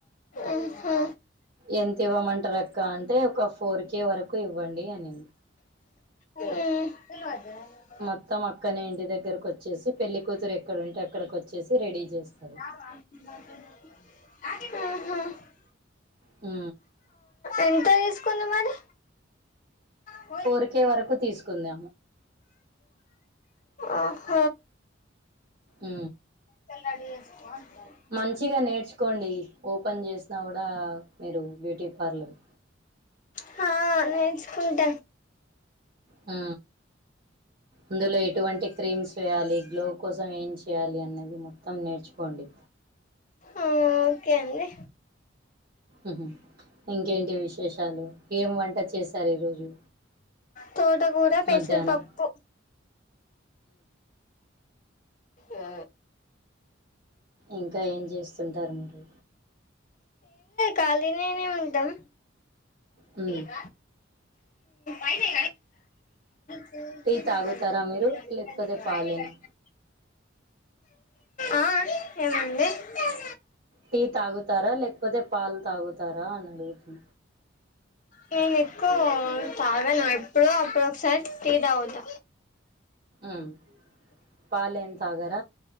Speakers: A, on the left; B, on the right.
A: ఉహు
B: ఎంత ఇవ్వమంటారు అక్క అంటే ఒక ఫోర్ కే వరకు ఇవ్వండి అని
A: ఉ <unintelligible>
B: మొత్తం అక్కనే ఇంటి దగ్గరకు వచ్చేసి పెళ్ళికూతురు ఎక్కడుంటే అక్కడికి వచ్చేసి రెడీ చేస్తంది
A: ఆహా
B: హు
A: ఎంత తీసుకుంది మరి అవున
B: ఫోర్ కే వరకు తీసుకుంది
A: ఆహ
B: ఉ
A: <unintelligible>
B: మంచిగా నేర్చుకోండి ఓపెన్ చేసిన కూడా మీరు బ్యూటీ పార్లర్
A: హా నేర్చుకుంట
B: ఆ అందులో ఎటువంటి క్రీమ్స్ వేయాలి గ్లో కోసం ఏం చేయాలి అనేది మో త్తం నేర్చుకోండి
A: ఆ ఓకే అండి
B: ఉహు ఇంకేంటి విశేషాలు ఏం వంట చేశారు ఈ రోజు
A: తోటకూర పెసరపప్పు
B: మధ్యానం
A: ఏ
B: ఇంకా ఏం చేస్తుంటారు మీరు
A: ఖాళీ నేనే ఉంటాం
B: ఉ
A: ఉ అన్నీ చూసి
B: టీ తాగుతారా
A: గంతే <unintelligible>
B: మీరు లేకపోతే పాలేనా
A: ఆ ఆ <unintelligible>
B: టీ తాగుతార లేకపోతే పాలు తాగుతార అని అడుగుతు
A: నేను ఎక్కువ తాగాను ఎప్పుడో అప్పుడు ఒకసారి టీ తాగుత
B: ఉమ్ పాలెం తాగర